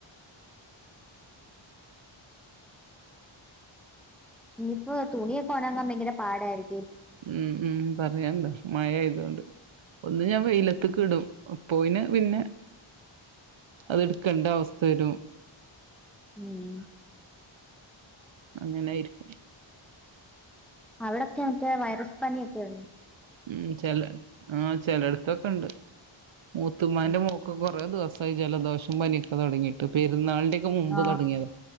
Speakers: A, in the centre; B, on the right.
A: ഇനിയിപ്പോ തുണിയൊക്കെ <unintelligible> ഭയങ്കര പാടായിരി
B: ഉമ് ഉമ് പറയണ്ട മഴ ആയതൊണ്ട്. ഒന്ന് ഞാൻ വെയിലത്ത്ക്ക്
A: ഉം
B: ഇടും പോയിന് പിന്നെ അത് എടുക്കേണ്ട അവസ്ഥ വരും
A: ഉമ്
B: അങ്ങനയിരിക്കും
A: അവിടൊക്കെ മറ്റേ വൈറസ് പനിയൊക്കെയു
B: ഉമ് ചെല ആഹ് ചെലടുത്തൊക്കെ ഉണ്ട് മൂത്തുമാന്റെ
A: ഉം
B: മോക്ക് കൊറെ ദിവസയി ജലദോഷം പനിയൊക്കെ തുടങ്ങിയിട്ട് പെരുന്നാൾ ന്റെ കെ മുമ്പ്
A: ആഹ്
B: തുടങ്ങിയത